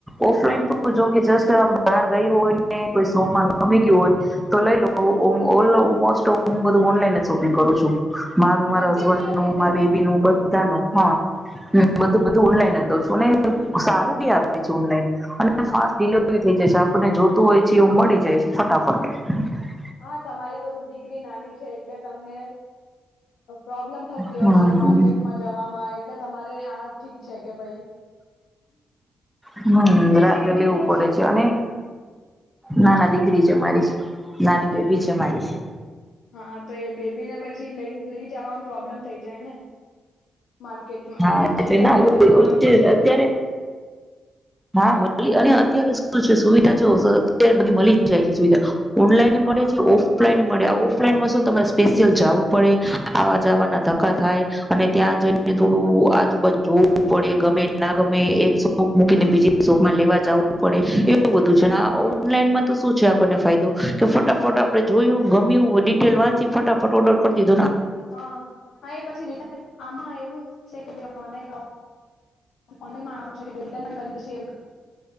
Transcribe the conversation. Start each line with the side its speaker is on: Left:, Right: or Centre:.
Centre: ઓફલાઈન
Left: હમ
Centre: તો જોકે જસ્ટ બાર ગઈ હોય ને કોઈ સોમાં ગમી ગયું હોય, તો લઈ લો ઓલ મો તો હું બધું ઓનલાઈન જ શોપિંગ કરું છું. મારું, માર
Left: બધી
Centre: હસબન્ડ
Left: જ
Centre: નું,
Left: આઈટમો
Centre: માર બેબી નું, બ બધ નુ હા બધું બધું ઓનલાઈન
Left: હા
Centre: લવ છું ને સારું બી આવે છે, ઓનલાઈન અને ફાસ્ટ ડિલિવરી થઈ જાય છેં. આપણને જોર તો હોય છે. એવું મળી જાય છે. ફટાફટ
Left: હા તમારી તો દીકરી નાની છે એટલે તમને. પ્રોબ્લેમ થતી
Centre: હમ
Left: હશે, માર્કેટમાં જવામાં એટલે, તમારે આ ઠીક છે કે ભાઈ
Centre: હમ
Left: દીકરી
Centre: રાખે
Left: છે કે દીકરો
Centre: લેવું પડે છે. અને નાના દી દિકરી છે મારી નાની બેબી
Left: હા
Centre: છે મારી
Left: તો હા તો એ બેબી ને પછી લઈ લઈ, જવાવામાં પ્રોબ્લેમ થઈ જાય ને. માર્કેટમાં
Centre: હા
Left: તો ઘરે
Centre: ના હુ
Left: જ બધું નાની છે એટલે
Centre: અત્યારે હા અત્યારે શું છે? સુવિધા જો અત્યારે બધી મળી જાય છે સુવિધા ઓનલાઈન
Left: હા
Centre: મળે છે ઓફલાઈન મળે આવો ઓફલાઇન મા શું તમારે સ્પેશિયલ જાવું પડે આ જાવાના ધક્કા
Left: હા
Centre: થાય અને ત્યાં જોઈ. થોડું આજુબાજુ જોવું પડે ગમે ના ગમે એક શોપ મૂકીને બીજી શોપમાં લેવા જવું પડે વુ બધું છે
Left: હા
Centre: ઓનલાઈન માં તો શું છે આપણને ફાયદો કે ફટાફટ આપણેે જોયું ગમ્યું ડિટેલ વાંચી ફટાફટ ઓર્ડર કરી દી
Left: હા હા એ પછી આમાં એવું જ છે શે ઓનલાઇન ઓફલાઇન ઓનલાઈનમાં આવું છે કે રિટર્ન પણ કરી <unintelligible>